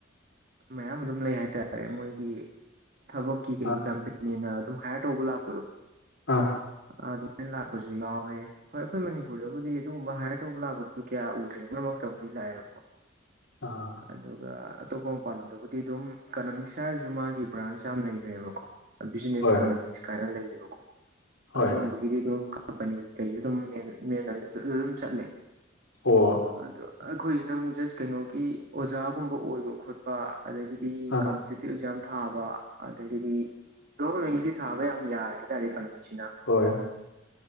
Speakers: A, on the right; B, on the left.
A: ꯃꯌꯥꯝ ꯑꯗꯨꯝ ꯂꯩ ꯍꯥꯏꯇꯥꯔꯦ ꯃꯣꯏꯒꯤ ꯊꯕꯛꯀꯤ ꯀꯩꯒꯤ
B: ꯑꯥ
A: ꯀꯝꯄꯦꯅꯤꯅ ꯑꯗꯨꯝ ꯍꯥꯌꯌꯔ ꯇꯧꯕ ꯂꯥꯛꯄꯗꯣ
B: ꯑꯥ
A: ꯑꯗꯨꯃꯥꯏꯅ ꯂꯥꯛꯄꯁꯨ ꯌꯥꯎꯋꯦ ꯍꯣꯏ ꯑꯩꯈꯣꯏ ꯃꯅꯤꯄꯨꯔꯗꯕꯨꯗꯤ ꯑꯗꯨꯒꯨꯝꯕ ꯍꯥꯏꯌꯔ ꯇꯧꯕ ꯂꯥꯛꯄꯗꯨ ꯀꯌꯥ ꯎꯗ꯭ꯔꯦ ꯃꯔ ꯕꯨꯗꯤ ꯂꯥꯛꯑꯦꯕꯀꯣ
B: ꯑꯥ
A: ꯑꯗꯨꯒ ꯑꯇꯣꯞꯄ ꯃꯄꯥꯟ ꯂꯝꯗꯕꯨꯗꯤ ꯑꯗꯨꯝ ꯏꯀꯅꯣꯃꯤꯛꯁ ꯍꯥꯏꯔꯁꯨ ꯃꯥꯒꯤ ꯕ꯭ꯔꯥꯟꯁ ꯌꯥꯝ ꯂꯩꯈ꯭ꯔꯦꯕꯀꯣ ꯕꯤꯖꯤꯅꯦꯁ
B: ꯍꯣꯏ
A: ꯏꯀꯣꯅꯣꯃꯤꯛꯁ ꯀꯥꯏꯅ ꯂꯩꯌꯦꯕꯀꯣ
B: ꯍꯣꯏ
A: ꯑꯗꯨꯒꯨꯝꯕꯒꯤꯗꯤ ꯑꯗꯨꯝ ꯀꯝꯄꯅꯤꯒꯤ ꯀꯩ ꯑꯗꯨꯝ ꯃꯦꯟ ꯃꯦꯟ ꯑꯣꯏꯅ ꯑꯗꯨꯝ ꯆꯠꯂꯦ
B: ꯑꯣ
A: ꯑꯗꯣ ꯑꯩꯈꯣꯏꯁꯤꯅ ꯑꯃꯨꯛ ꯖꯁ ꯀꯩꯅꯣꯒꯤ ꯑꯣꯖꯥꯒꯨꯝꯕ ꯑꯣꯏꯕ ꯈꯣꯠꯄ ꯑꯗꯒꯤꯗꯤ
B: ꯑꯥ
A: ꯀꯝꯄꯤꯇꯤꯇꯤꯞ ꯑꯦꯛꯖꯥꯝ ꯊꯥꯕ ꯑꯗꯒꯤꯗꯤ ꯒꯣꯕꯔꯃꯦꯟꯒꯤꯗꯤ ꯊꯥꯕ ꯌꯥꯝ ꯌꯥꯔꯦ ꯍꯥꯏꯇꯥꯥꯔꯦ ꯀꯩꯅꯣꯁꯤꯅ
B: ꯑꯣꯏꯣꯏ